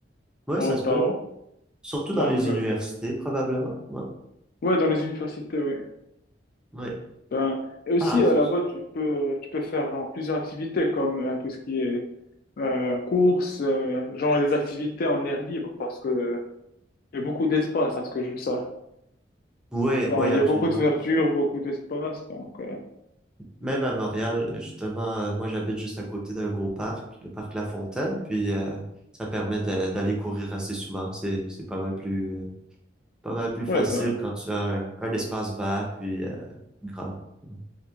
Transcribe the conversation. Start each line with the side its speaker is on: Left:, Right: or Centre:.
Centre: Ouais,
Left: à
Centre: ça
Left: Ottawa.
Centre: se peut. Surtout dans
Left: Donc,
Centre: les
Left: euh,
Centre: universités, probablement. Ouais.
Left: ouais, dans les universités, ouais.
Centre: Ouais.
Left: Ben, et aussi,
Centre: Ah,
Left: euh,
Centre: c'est
Left: là-bas,
Centre: ça.
Left: tu peux, tu peux faire genre, plusieurs activités comme euh, tout ce qui est euh, course, euh, genre des activités en air libre parce que il y a beaucoup d'espace à ce que je sache.
Centre: Oui,
Left: Genre,
Centre: oui,
Left: il
Centre: absolument.
Left: y a beaucoup de verdure, beaucoup d'espace. Donc, euh,
Centre: Même à Montréal, justement, euh, moi j'habite juste à côté d'un gros parc, le parc La Fontaine, puis euh, ça permet de- d'aller courir assez souvent. C'est, c'est pas mal plus, euh, pas mal plus
Left: ouais,
Centre: facile
Left: ben,
Centre: quand tu as un, un espace vert, puis euh, grand. Ouais.